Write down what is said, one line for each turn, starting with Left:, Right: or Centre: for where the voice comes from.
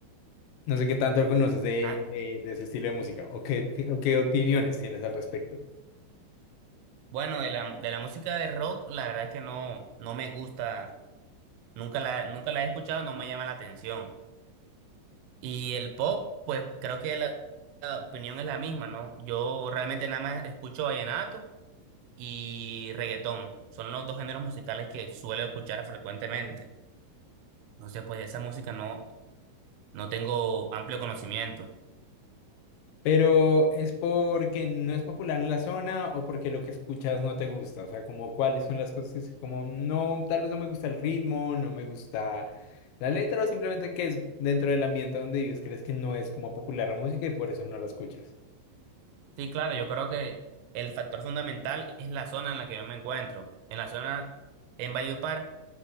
Left: No sé qué tanto conoces de,
Right: Ah,
Left: de, de ese estilo de música o qué, ti- o qué opiniones tienes al respecto.
Right: bueno, de la, de la música de rock, la verdad es que no, no me gusta, nunca la, nunca la he escuchado, no me llama la atención. Y el pop, pues creo que la, la opinión es la misma, ¿no? Yo realmente nada más escucho vallenato y reggaetón. Son los dos géneros musicales que suelo escuchar frecuentemente. Entonces, pues de esa música no No tengo amplio conocimiento.
Left: Pero es porque no es popular en la zona o porque lo que escuchas no te gusta. O sea, como cuáles son las cosas que es como no, tal vez no me gusta el ritmo, no me gusta la letra o simplemente que es dentro del ambiente donde vives, crees que no es como popular la música y por eso no la escuchas.
Right: Sí, claro, yo creo que el factor fundamental es la zona en la que yo me encuentro. En la zona, en Valledupar,